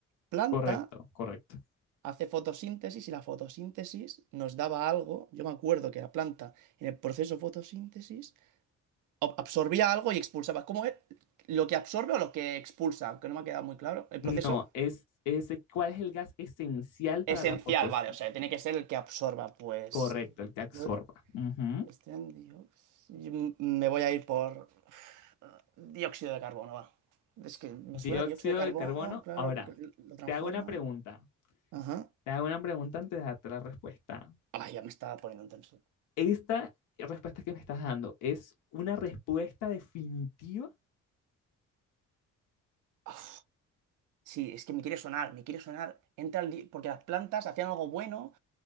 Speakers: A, on the right; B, on the left.
A: Planta
B: Correcto, correcto.
A: hace fotosíntesis y la fotosíntesis nos daba algo. Yo me acuerdo que la planta en el proceso fotosíntesis ob- absorbía algo y expulsaba. ¿Cómo es? ¿Lo que absorbe o lo que expulsa? Aunque no me ha quedado muy claro. ¿El
B: No,
A: proceso?
B: es, es cuál es el gas esencial
A: Esencial,
B: para la fotosíntesis.
A: vale. O sea, tiene que ser el que absorba. Pues.
B: Correcto, el que absorba.
A: Yo.
B: Ujú.
A: este dióxido- yo m- me voy a ir por. eh, Dióxido de carbono, va. Es que me
B: Dióxido
A: suena dióxido de carbono,
B: de carbono.
A: claro,
B: Ahora,
A: porque l- lo transforma.
B: te hago una pregunta.
A: Ajá.
B: Te hago una pregunta antes de darte la respuesta.
A: Ay, ya me estaba poniendo intenso.
B: esta respuesta que me estás dando es una respuesta definitiva.
A: Uf, Sí, es que me quiere sonar, me quiere sonar. Entra el di- porque las plantas hacían algo bueno